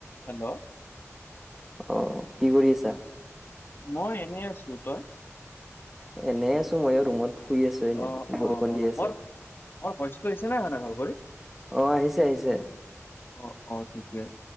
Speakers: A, on the left; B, in the centre.
A: Hello.
B: অ কি কৰি আছা?
A: মই এনেই আছো। তই?
B: এনেই আছো মই ৰুমত শুই আছো এনে
A: অ
B: বৰষুণ
A: অ
B: দি আছে।
A: মোৰ মোৰ ভয়চটো আহিছে নাই হয়নে ভালকৈ।
B: অ আহিছে আহিছে।
A: অঁ, অঁ ঠিকেই,